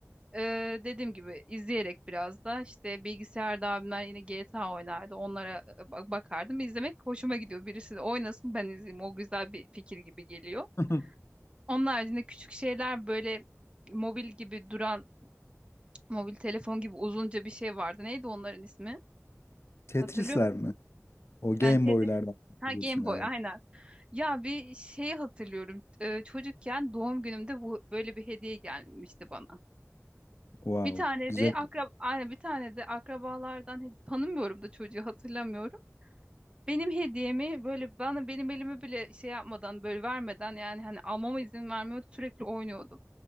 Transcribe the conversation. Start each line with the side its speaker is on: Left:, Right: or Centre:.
Right: ee, dediğim gibi izleyerek biraz da işte bilgisayarda abimler yine GTA oynardı. Onlara ba- bakardım. İzlemek hoşuma gidiyor. Birisi de oynasın ben izleyeyim. O güzel bir fikir gibi geliyor.
Left: <laughs>
Right: Onun haricinde küçük şeyler böyle mobil gibi duran mobil telefon gibi uzunca bir şey vardı. Neydi onların ismi?
Left: Tetris'ler
Right: Hatırlıyorum.
Left: mi? O Game
Right: Yani Tetris.
Left: Boy'lardan
Right: Ha
Left: biliyorsun
Right: Game Boy
Left: galiba.
Right: aynen. Ya bir şeyi hatırlıyorum. Ee, çocukken doğum günümde bu böyle bir hediye gelmişti bana.
Left: Wow,
Right: Bir tane
Left: güzel.
Right: de akrab aynen bir tane de akrabalardan hedi- tanımıyorum da çocuğu hatırlamıyorum. Benim hediyemi böyle bana benim elimi bile şey yapmadan böyle vermeden yani hani almama izin vermiyordu sürekli oynuyordum.